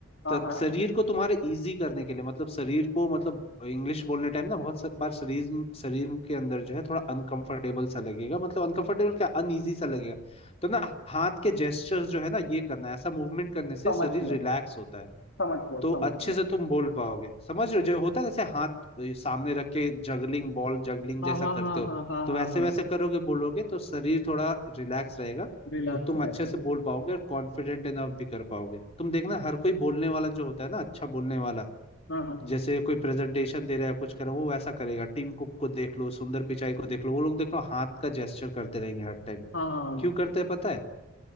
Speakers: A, on the left (about 65°); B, on the left (about 30°).
A: हाँ
B: तो
A: हाँ
B: शरीर को तुम्हारे इजी करने के लिए मतलब शरीर को मतलब इंग्लिश बोलने टाइम ना बहुत सा- बार शरीर शरीर के अंदर जो है थोड़ा अनकंफर्टेबल सा लगेगा मतलब अनकंफर्टेबल क्या अनईजी सा लगेगा तो ना हाथ के जेस्चर्स जो है ना ये करना है ऐसा मूवमेंट करने से
A: समझ
B: शरीर
A: गया
B: रिलैक्स होता है
A: समझ गया
B: तो
A: समझ
B: अच्छे
A: गया
B: से तुम बोल पाओगे समझ रहे हो जो होता है जैसे हाथ अ, सामने रख के जगलिंग बॉल जगलिंग
A: हाँ
B: जैसा
A: हाँ
B: करते
A: हाँ
B: हो
A: हाँ हाँ
B: तो
A: हाँ
B: वैसे
A: हाँ
B: वैसे करोगे बोलोगे तो शरीर थोड़ा रिलैक्स रहेगा
A: रिलैक्स
B: तो तुम अच्छे
A: रहते
B: से
A: हैं
B: बोल पाओगे और कॉन्फिडेंट इनफ भी कर पाओगे तुम देखना हर कोई बोलने वाला जो होता है ना अच्छा बोलने वाला
A: हाँ हाँ
B: जैसे कोई प्रेजेंटेशन दे रहा है कुछ कर रहा है वो वैसा करेगा टीम कुक को देख लो सुंदर पिचाई को देख लो वो लोग देख लो हाथ का जेस्चर करते रहेंगे हर टाइम
A: हाँ
B: क्यों करते हैं पता है